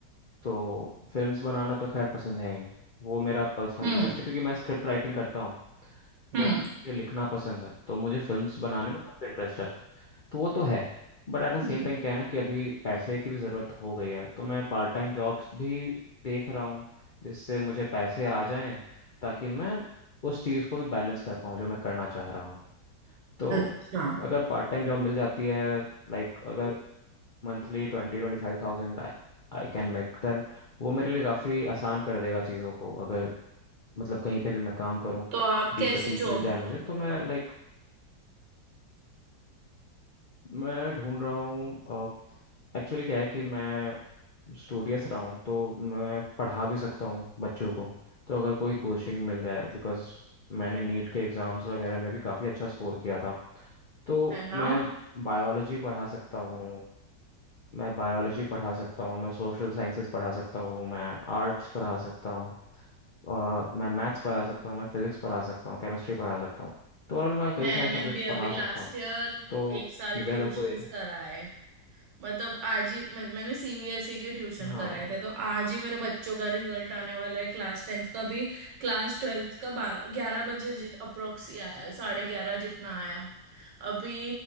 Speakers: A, on the left (about 60°); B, on the right (about 75°).
A: तो फिल्म्स बनाना तो खैर पसंद है ही वो मेरा पर्सनल
B: हम्म
A: इंटरेस्ट है क्योंकि मैं स्क्रिप्ट राइटिंग करता हूँ
B: हम्म
A: तो मुझे लिखना पसंद है तो मुझे फिल्म्स बनाने में काफ़ी इंटरेस्ट है तो वो तो है But at the same
B: हम्म।
A: time क्या है ना कि अभी पैसे की भी ज़रूरत हो गई है तो मैं पार्ट टाइम जॉब्स भी देख रहा हूँ जिससे मुझे पैसे आ जाएं ताकि मैं उस चीज़ को भी बैलेंस कर पाऊँ जो मैं करना चाह रहा हूँ तो
B: अच्छा
A: अगर पार्ट टाइम जॉब मिल जाती है लाइक अगर monthly ट्वेंटी ट्वेंटी फाइव thousand I can make then वो मेरे लिए काफ़ी आसान कर देगा चीज़ों को अगर मतलब कहीं पे भी मैं काम करूँ
B: तो आप
A: बीस
B: कैसी
A: पच्चीस
B: जॉब
A: मिल जाए
B: ढूंढ
A: मुझे तो
B: रहे
A: मैं
B: हो
A: लाइक मैं ढूंढ रहा हूँ एक्चुअली क्या है कि मैं स्टूडियस रहा हूँ तो मैं पढ़ा भी सकता हूँ बच्चों को तो अगर कोई कोचिंग मिल जाए बिकॉज मैंने नीट के एग्ज़ाम्स वगैरह में भी काफ़ी अच्छा स्कोर किया था तो
B: है ना
A: मैं बायोलॉजी पढ़ा सकता हूँ मैं बायोलॉजी पढ़ा सकता हूँ मैं सोशल साइंसेस पढ़ा सकता हूँ मैं आर्ट्स पढ़ा सकता हूँ अ, मैं मैथ्स पढ़ा सकता हूँ मैं फिजिक्स पढ़ा सकता हूँ केमिस्ट्री पढ़ा सकता हूँ तो ओवरऑल मैं कई
B: मैंने
A: सारे सब्जेक्ट्स
B: भी अभी
A: पढ़ा
B: लास्ट
A: सकता हूँ
B: ईयर
A: तो
B: एक साल
A: मुझे
B: ट्यूशंस
A: अगर कोई
B: करा है मतलब आज ही मैं, मैंने सीबीएसई के ट्यूशन
A: हाँ
B: कराए थे तो आज ही मेरे बच्चों का रिजल्ट आने वाला है क्लास टेंथ का भी क्लास ट्वेल्थ का बारह ग्यारह बजे अप्रोक्स ही आया साढ़े ग्यारह जितना आया अभी